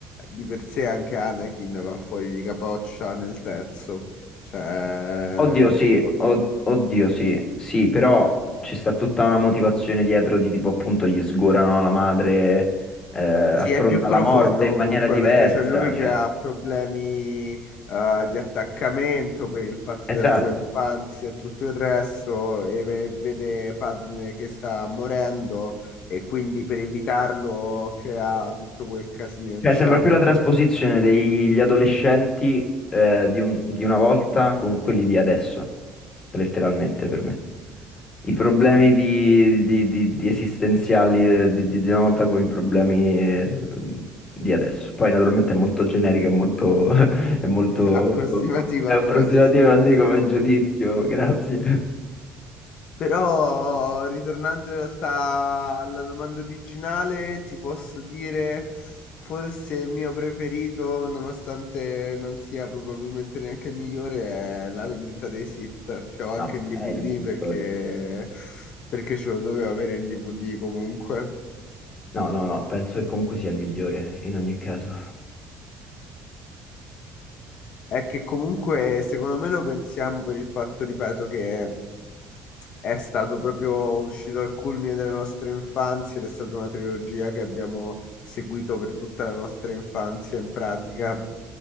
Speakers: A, on the left; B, on the left.
A: di per sé anche Anakin va fuori di capoccia nel terzo, cioè,
B: Oddio
A: detto
B: Mm. sì, od- oddio sì, sì, però ci sta tutta una motivazione dietro di tipo appunto gli sgorano la madre, eh, affronta
A: Sì, è più profondo
B: la Appunto, morte in
A: comunque
B: esatto, maniera appunto.
A: perché
B: diversa,
A: c'è lui che
B: cioè,
A: ha problemi eh, di attaccamento per il fatto
B: Esatto.
A: della sua infanzia
B: esatto,
A: e tutto il resto e ve- vede Padme che sta morendo e quindi per evitarlo crea tutto quel casino,
B: Cioè,
A: diciamo,
B: sembra più la trasposizione degli adolescenti eh, di un- di una volta con quelli di adesso, letteralmente per me. I problemi di, di- di- di esistenziali eh, di, di- di una volta con i problemi eh, di adesso. Poi naturalmente è molto generico, è molto, <laughs> è molto,
A: <laughs> approssimativa
B: è approssimativo
A: come descrizione.
B: così come giudizio, grazie.
A: Però, ritornando in realtà alla domanda originale, ti posso dire forse il mio preferito, nonostante non sia probabilmente neanche il migliore, è La vendetta dei Sith, che ho anche
B: No,
A: in DVD
B: è il migliore.
A: perché, perché ce lo dovevo avere in DVD comunque.
B: No, no, no, penso che comunque sia il migliore in ogni caso.
A: È che comunque, secondo me, lo pensiamo per il fatto, ripeto, che È stato proprio uscito al culmine della nostra infanzia ed è stata una trilogia che abbiamo seguito per tutta la nostra infanzia in pratica